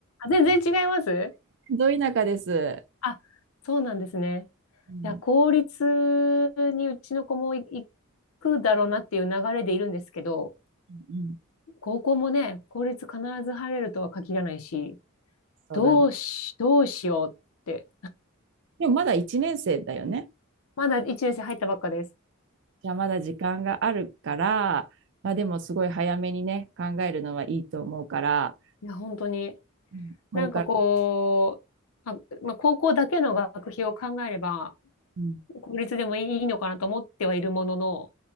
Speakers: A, on the left; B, on the right.
A: 全然違います
B: ど田舎です。
A: あ、そうなんですね。
B: うん
A: いや、公立にうちの子もい行くだろうなっていう流れでいるんですけど、
B: うんうん、
A: 高校もね、公立必ず入れるとは限らないし、
B: そうだね。
A: どうし、どうしようって、
B: でもまだ1年生だよね。
A: まだ1年生入ったばっかです。
B: じゃあまだ時間があるから、まあでもすごい早めにね、考えるのはいいと思うから、
A: いや、本当に。
B: うんこれから、
A: なんかこう、あ、まあ、高校だけの学費を考えれば、
B: うん
A: 公立でもいいのかなと思ってはいるものの、